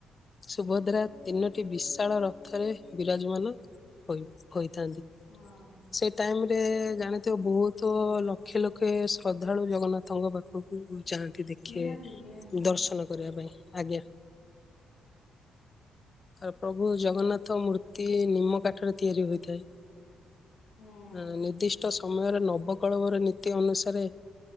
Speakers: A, on the left; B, on the left.
A: ସୁଭଦ୍ରା ତିନୋଟି ବିଶାଳ ରଥ ରେ ବିରାଜମାନ କରି କରିଥାନ୍ତି।
B: ହଁ ଅ
A: ସେ ଟାଇମ ରେ ଜାଣିଥିବ ବହୁତ ଲକ୍ଷେ ଲକ୍ଷେ ଶ୍ରଦ୍ଧାଳୁ ଜଗନ୍ନାଥଙ୍କ ପାଖକୁ ଚାଲନ୍ତୁ ଦେଖିବେ।
B: ନିହାତି ନିହାତି
A: ଦର୍ଶନ କରିବା ପାଇଁ ଆଜ୍ଞା। ଆ ପ୍ରଭୁ ଜଗନ୍ନାଥ ମୂର୍ତ୍ତି ନିମ କାଠରେ ତିଆରି ହୋଇଥାଏ।
B: ହୁଁ
A: ଆ ନିର୍ଦ୍ଦିଷ୍ଟ ସମୟରେ ନବକଳବର ନୀତି ଅନୁସାରେ